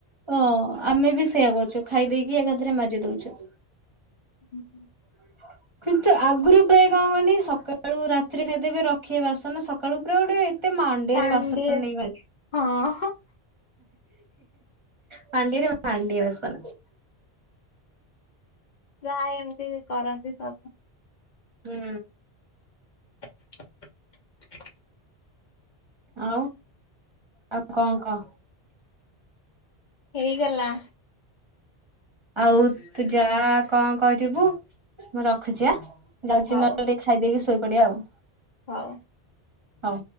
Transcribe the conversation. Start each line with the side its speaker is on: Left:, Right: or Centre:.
Right: ହଁ ଆମେ ବି ସେଇୟା କରୁଛୁ ଖାଇ ଦେଇକି ଏକାଥରେ ମାଜି ଦଉଛୁ।
Left: <unintelligible>
Right: <inaudible> କିନ୍ତୁ ଆଗରୁ ପ୍ରାୟ କଣ କରନି ସକାଳୁ ରାତିରେ ଖାଇଦେବେ ରଖିବେ ବାସନ ସକାଳୁ ପୁରା ଗୋଟେ ଏତେ ମାଣ୍ଡିଆରେ
Left: ତାଣ୍ଡିଆ
Right: ବାସନ
Left: ହଁ
Right: ନେଇ ମାଜି
Left: ହଁ
Right: ମାଣ୍ଡିଆରେ ହାଣ୍ଡିଏ ବାସନ।
Left: ପ୍ରାଏ ଏମିତି କରନ୍ତିତ।
Right: ହୁଁ।
Left: <inaudible>
Right: ଆଉ ଆଉ କଣ କହ।
Left: ହେଇଗଲା।
Right: ଆଉ ତୁ ଯା କଣ କରିବୁ ମୁଁ ରଖୁଚି ଆ ଯାଉଚି
Left: ହଉ
Right: ନହେଲେ ଖାଇଦେଇକି ଶୋଇପଡିଆ ଆଉ।
Left: ହଉ।
Right: ହଉ।